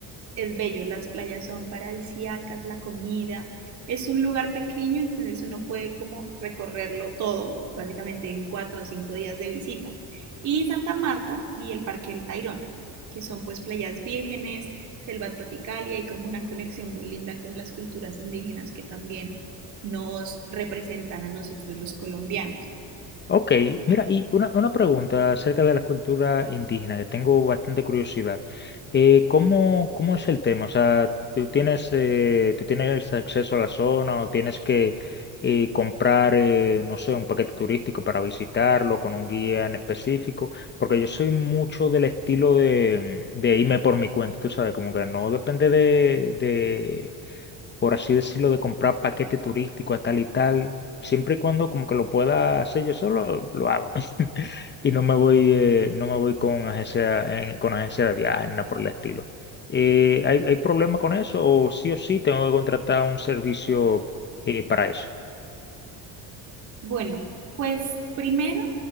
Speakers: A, on the right; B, on the left.
A: Es bello, las playas son paradisíacas, la comida. Es un lugar pequeño, entonces uno puede como recorrerlo todo, básicamente en cuatro o cinco días de visita. Y Santa Marta y el Parque del Tayrona, que son pues playas vírgenes, selva tropical y hay como una conexión muy linda con las culturas indígenas que también nos representan a nosotros los colombianos.
B: Ok, mira, y una, una pregunta acerca de la cultura indígena, que tengo bastante curiosidad. Eh, ¿cómo, cómo es el tema? O sea, ¿tú tienes, eh, tú tienes acceso a la zona o tienes que eh, comprar, eh, no sé, un paquete turístico para visitarlo con un guía en específico? Porque yo soy mucho del estilo de, de irme por mi cuenta, tú sabes, como que no depende de, por así decirlo, de comprar paquete turístico a tal y tal. Siempre y cuando como que lo pueda hacer yo solo, lo hago. <laughs> Y no me voy, eh, no me voy con agencia, eh, con agencia de viajes, nada por el estilo. Eh, ¿hay, hay problema con eso? ¿O sí o sí tengo que contratar un servicio eh, para eso?
A: Bueno, pues primero